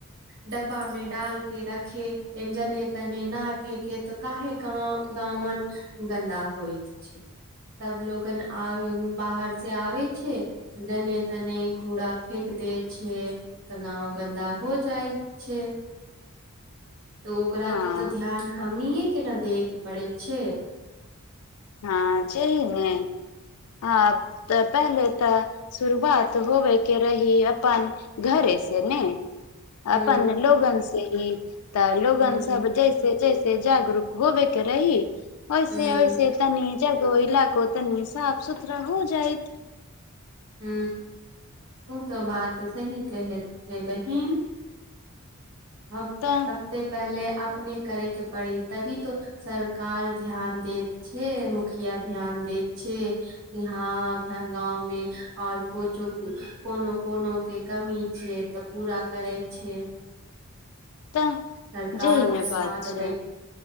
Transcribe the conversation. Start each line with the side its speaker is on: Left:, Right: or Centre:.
Right: डब्बा में डालके रखे जने तनि नहि फेके तऽ काहे गाउँ गन्दा होइत छै सब लोगन आ बाहर से आबे छै जने तने कूड़ा फेेक दे छै तऽ गाँव गन्दा हो जाइ छै तऽ ओकराके
Left: हँ
Right: तऽ ध्यान हमनिए के ने दैके पड़ै छै
Left: हँ जे ने ह तऽ पहले तऽ शुरुआत होबे के रही अपन घरे से ने
Right: हूँ
Left: अपन लोगन से ही तऽ लोगन
Right: हूँ
Left: सब जैसे जैसे जगरूक होब रहि ओइसे
Right: हूँ
Left: ओइसे तनी जगह इलाको तनी साफ सुथरा हो जायइत
Right: ह ओ तऽ बात सही कहैत छै बहिन
Left: <inaudible>
Right: अब
Left: तऽ
Right: सबसे पहले आप अपने करय केँ पड़ी तभी तो सरकार ध्यान देैत छैक मुखिया ध्यान दैत देख छै कि हँ गाँवमे आओर कोनो कोनो केँ कमी छै त पूरा करैत छै
Left: <inaudible> तऽ
Right: सरकार
Left: जेहि ने
Right: तक बात
Left: छै